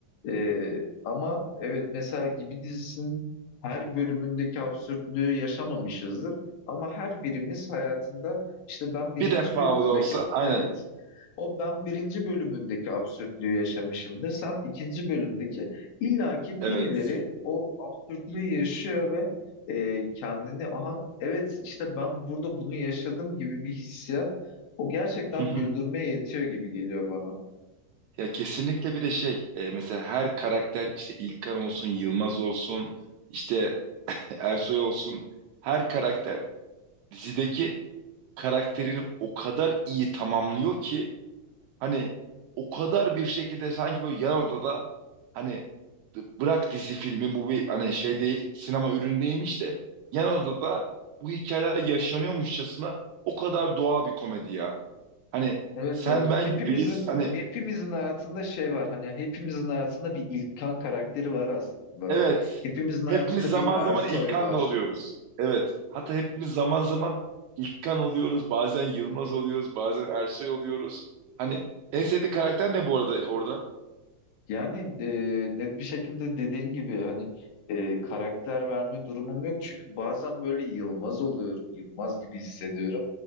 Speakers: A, on the left; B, on the right.
A: ee, ama evet mesela Gibi dizisinin her bölümündeki absürtlüğü yaşamamışızdır. Ama her birimiz hayatında işte ben birinci
B: Bir defa
A: bölümündeki
B: o da olsa aynen.
A: evet o ben birinci bölümündeki absürtlüğü yaşamışımdır. Sen ikinci bölümdeki illaki
B: Evet.
A: birileri o absürtlüğü yaşıyor ve e, kendini aha evet işte ben burada bunu yaşadım gibi bir hissiyat o gerçekten
B: Hı hı.
A: güldürmeye yetiyor gibi geliyor bana.
B: Ya kesinlikle bir de şey e, mesela her karakter işte İlkan olsun, Yılmaz olsun, işte Ersoy olsun her karakter dizideki karakterini o kadar iyi tamamlıyor ki Hani o kadar bir şekilde sanki böyle yan odada hani d- bırak dizi filmi bu bir hani şey değil sinema ürünü değilmiş de yan odada bu hikayeler yaşanıyormuşçasına o kadar doğal bir komedi ya. Hani
A: Evet
B: sen
A: evet
B: ben
A: hepimizin
B: gibiyiz. Hani
A: hepimizin hayatında şey var hani hepimizin hayatında bir İlkan karakteri var aslında.
B: evet
A: Hepimizin
B: hepimiz
A: hayatında
B: zaman
A: bir Ersoy
B: zaman İlkan
A: var.
B: da oluyoruz. Evet hatta hepimiz zaman zaman İlkan oluyoruz. Bazen Yılmaz oluyoruz. Bazen Ersoy oluyoruz. Hani en sevdiği karakter ne bu arada orada?
A: Yani e, net bir şekilde dediğin gibi hani e, karakter verme durumum yok çünkü bazen böyle Yılmaz oluyorum, Yılmaz gibi hissediyorum.